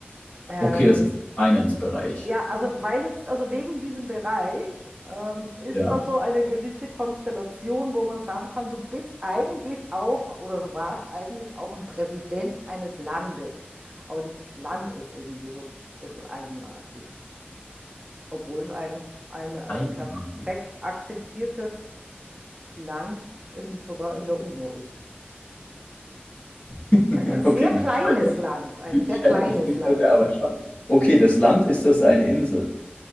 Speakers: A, on the right (about 25°); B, on the left (about 40°).
A: Ähm,
B: Okay, das ist Finance-Bereich.
A: ja, also weil jetzt, also wegen diesem Bereich ähm, ist
B: Ja.
A: da so eine gewisse Konstellation, wo man sagen kann, du bist eigentlich auch oder du warst eigentlich auch ein Präsident eines Landes. Aber dieses Land ist irgendwie so ein bisschen eigenartig. obwohl es ein, ein äh,
B: Einmalig.
A: perfekt akzeptiertes Land in, sogar in der UNO ist.
B: <laughs>
A: Ein sehr
B: Okay,
A: kleines
B: heute-
A: Land, ein
B: die
A: sehr
B: Challenge
A: kleines
B: liegt
A: Land.
B: heute aber schon. Okay, das Land ist das eine Insel.